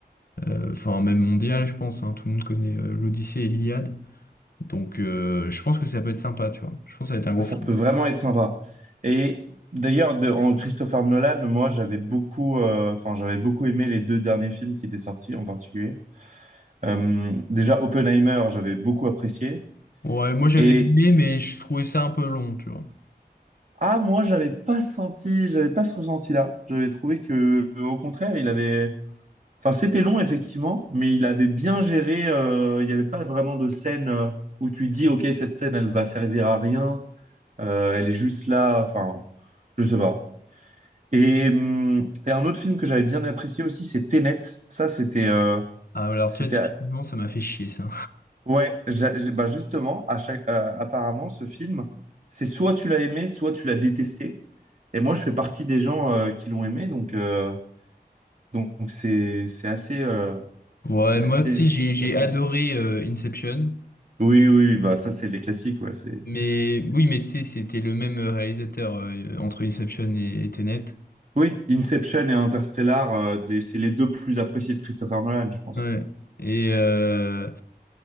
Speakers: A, on the left; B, on the right.
A: euh, enfin même mondiale je pense hein, tout le monde connaît euh, l'Odyssée et l'Iliade donc euh, je pense que ça peut être sympa tu vois je pense que ça va être un gros
B: Ah, ça
A: film
B: peut vraiment être sympa. Et d'ailleurs, de, en Christopher Nolan, moi, j'avais beaucoup, euh, enfin, j'avais beaucoup aimé les deux derniers films qui étaient sortis en particulier. Euh, déjà, Oppenheimer, j'avais beaucoup apprécié.
A: ouais moi j'avais
B: Et
A: aimé mais je trouvais ça un peu long tu vois
B: ah, moi, j'avais pas senti, j'avais pas ce ressenti-là. J'avais trouvé que, euh, au contraire, il avait, enfin, c'était long effectivement, mais il avait bien géré. euh, il n'y avait pas vraiment de scène euh, où tu te dis, ok, cette scène, elle va servir à rien. euh, elle est juste là. Enfin, je sais pas. Et, hum, et un autre film que j'avais bien apprécié aussi, c'est Tenet. Ça, c'était, euh,
A: Ah, alors,
B: c'était,
A: tu vois, typiquement,
B: à-
A: ça m'a fait chier, ça.
B: ouais, j'a- j'ai- bah justement, à chaque, euh, apparemment, ce film, c'est soit tu l'as aimé, soit tu l'as détesté. Et moi, je fais partie des gens euh, qui l'ont aimé, donc, euh, donc c'est, c'est assez, euh,
A: Ouais,
B: c'est
A: moi,
B: assez,
A: tu sais,
B: c'est
A: j'ai, j'ai
B: assez-
A: adoré euh, Inception.
B: Oui, oui, bah ça, c'est les classiques, ouais, c'est.
A: Mais oui, mais tu sais, c'était le même réalisateur euh, entre Inception et, et Tenet.
B: Oui, Inception et Interstellar, euh, des- c'est les deux plus appréciés de Christopher Nolan, je pense.
A: Ouais. Et, euh,